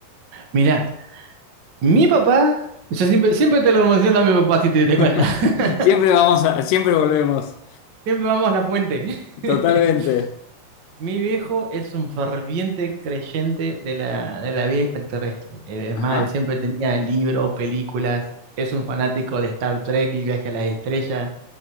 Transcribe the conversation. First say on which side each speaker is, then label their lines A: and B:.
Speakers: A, on the right; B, on the left.
A: Mira, mi papá, yo siempre, siempre te lo menciono a mi papá si te diste
B: <laughs>
A: cuenta. <laughs>
B: Siempre vamos a, siempre volvemos.
A: Siempre vamos a la fuente. <laughs>
B: Totalmente.
A: Mi viejo es un ferviente creyente de la, de la vida extraterrestre. Eh, Es
B: Ajá.
A: más, él siempre tenía libros, películas. Es un fanático de Star Trek y Viaje a las Estrellas,